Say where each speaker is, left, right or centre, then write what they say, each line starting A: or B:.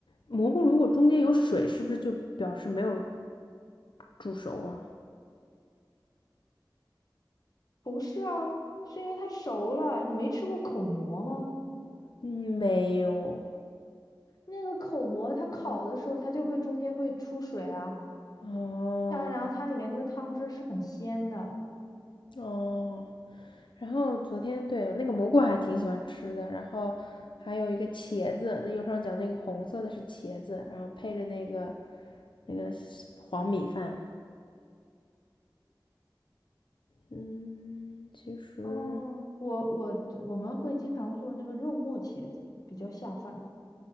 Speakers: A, on the left; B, on the left.
A: 蘑菇如果中间有水，是不是就表示没有煮熟啊？
B: 不是啊，是因为它熟了。你没吃过口蘑吗？
A: 嗯，没有。
B: 那个口蘑它烤的时候，它就会中间会出水啊，
A: 哦
B: 然后然后它里面那个汤汁是很鲜的。
A: 哦，然后昨天对那个蘑菇还挺喜欢吃的，然后还有一个茄子，那右上角那个红色的是茄子，然后配着那个那个黄米饭。嗯，其实
B: 哦，我我我们会经常做那个肉末茄子，比较下饭，